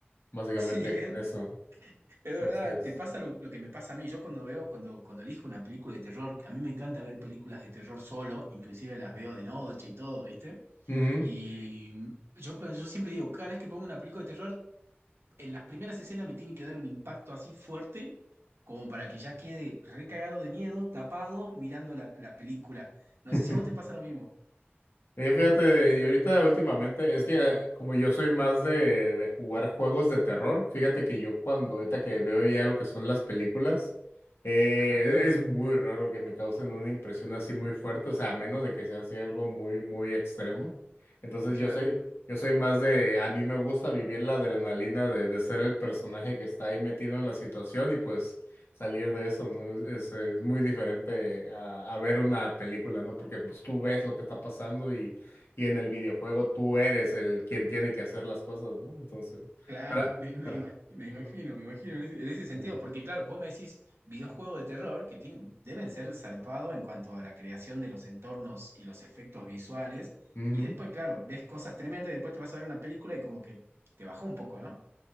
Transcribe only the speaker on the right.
Sí,
es,
es verdad,
te pasa lo, lo que me pasa a mí. Yo cuando veo, cuando, cuando elijo una película de terror, a mí me encanta ver películas de terror solo, inclusive las veo de noche y todo, ¿viste?
Y yo, pero yo siempre digo, cada vez que pongo una película de terror, en las primeras escenas me tiene que dar un impacto así fuerte como para que ya quede recagado de miedo, tapado, mirando la, la película. No
sé si a vos te pasa lo mismo.
Ajá,
claro,
claro,
me, me
ima- me imagino,
me imagino en ese, en ese sentido,
porque claro, vos me decís videojuegos de terror que tienen- deben ser zarpados en cuanto a la creación de los entornos y los efectos visuales,
y después, claro, ves cosas tremendas y después te vas a ver una película y como que te bajó un poco, ¿no?